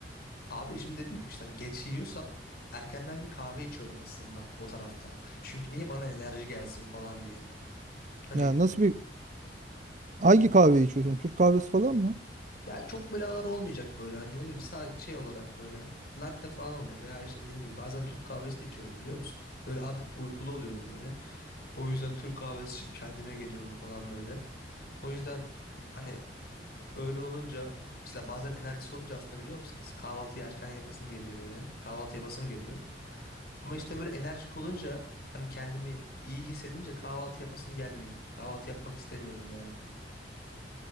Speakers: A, on the left; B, on the right.
A: Abi şimdi dedim ki işte hani geç yiyorsam erkenden bir kahve içiyorum aslında o tarafta. Çünkü niye bana enerji gelsin falan diye. Hani
B: Ya nasıl bir hangi kahve içiyorsun? Türk kahvesi falan mı?
A: ya çok böyle ağır olmayacak böyle hani ne bileyim sa- şey olarak böyle latte falan oluyor veya işte dediğim gibi bazen Türk kahvesi de içiyorum biliyor musun? Böyle abi uykulu oluyorum böyle. O yüzden Türk kahvesi içip kendime geliyorum falan böyle. O yüzden hani Öyle olunca mesela bazen enerjisi olunca aslında biliyor musunuz? Kahvaltıyı erken yapasım geliyor böyle. Kahvaltı yapasım geliyor. Ama işte böyle enerjik olunca hani kendimi iyi hissedince kahvaltı yapasım gelmiyor. Kahvaltı yapmak istemiyorum yani.